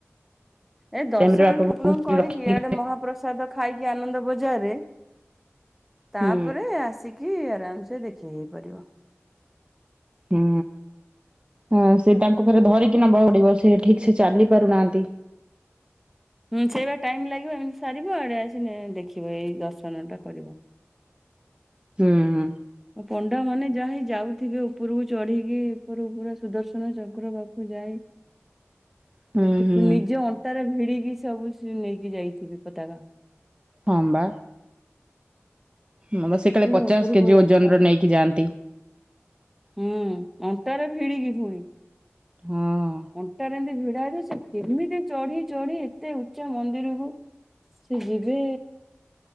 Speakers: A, in the centre; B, on the right (about 20°).
A: ଏ ଦର୍ଶନ
B: ରେ ବାପା
A: ଠାକୁରଙ୍କୁ
B: ବୋଉ
A: କରିକି!
B: ରଖିକି
A: ଇଆଡ଼େ ମହାପ୍ରସାଦ ଖାଇକି ଆନନ୍ଦ ବଜାରେ ତାପରେ
B: ହୁଁ
A: ଆସିକି। କି ଆରାମ ସେ ଦେଖି ହେଇପାରିବ।
B: ହୁଁ। ହ ସେ ତାଙ୍କୁ ଫରେ ଧରିକି ନବା ପଡି଼ବ ସେ ଠିକ ସେ ଚାଲି ପାରୁନାହାନ୍ତି।
A: ସେଇ ବା ଟାଇମ୍ ଲାଗିବ ଏମିତି ସାରିବ ଆଡ଼େ ଆସି ଦେଖିବ ଏଇ ଦର୍ଶନ ଟା କରିବ।
B: ହୁଁ।
A: ପଣ୍ଡା ମାନେ ଯା ହି ଯାଉଥିବେ ଉପରକୁ ଚଢି଼କି ଉପରକୁ ପୁରା ସୁଦର୍ଶନ ଚକ୍ର ପାଖକୁ ଯାଇ।
B: <inaudible> ହୁଁ
A: ସେଠି
B: ହୁଁ
A: ନିଜ ଅଣ୍ଟାରେ ଭିଡି଼କି ସବୁ ନେଇକି ଯାଇଥିବେ ପତାକା
B: ହଁବା। ହଁ ବା ସେ
A: ସେଗୁଡା
B: କାଳେ ପଚାଶ
A: ଅପୂର୍ବ
B: କେଜି
A: ଦର୍ଶନ।
B: ଓଜନ ର ନେଇକି ଯାଆନ୍ତି।
A: ହୁଁ ଅଣ୍ଟାରେ ଭିଡିକି ପୁଣି
B: ହଁ
A: ଅଣ୍ଟାରେ ଏମତି ଭି- ସେକେମିତି ଚଢି଼ ଚଢି଼ ଏତେ ଉଚ୍ଚା ମନ୍ଦିରକୁ। ସେ ଯିବ।